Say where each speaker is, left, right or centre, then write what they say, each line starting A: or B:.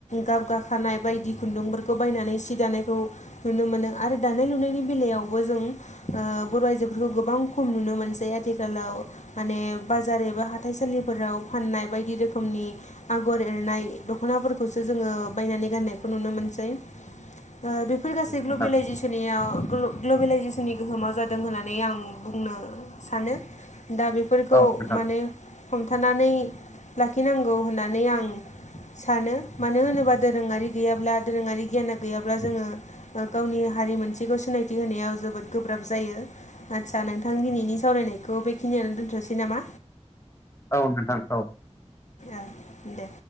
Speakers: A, on the left; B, on the left.
A: गाब गाखानाय बायदि खुन्दुंफोरखौ खौ बायनानै सि दानायखौ नुनो मोनो आरो दानाय लुनायनि बेलायावबो जों बर' आयजोफोरखौ बेफोरखौ गोबां खम नुनो मोनसै आथिखालाव माने बाजार एबा हााइसालिफोराव फाननाय बायदि रोखोमनि आगर एरनाय दख'नाफोरखौसो जोङो बायनानै गाननायखौ नुनो मोनसै। ओ बेफोर गासै ग्लबेलाइजेसननि
B: नोंथां
A: आव ग'ल ग'लबेलाय जिसनि गोहोमाव जादों होननानै आं बुंनो सानो। दा बेफोरखौ
B: औ नोंथां
A: माने हमथानानै लाखिनांगौ होननानै आं सानो मानो होनोबा दोरोङारि गैयाब्ला दोरोङारि बि गियाना गैयाब्ला जोङो गावनि हारि मोनसेखौ सिनायथि होनायाव जोबोद गोब्राब जायो। आदसा नोंथां दिनैनि सावरायनायखौ बेखिनियावानो दोन्थ'सै नामा?
B: औ नोंथां औ।
A: ओ दे।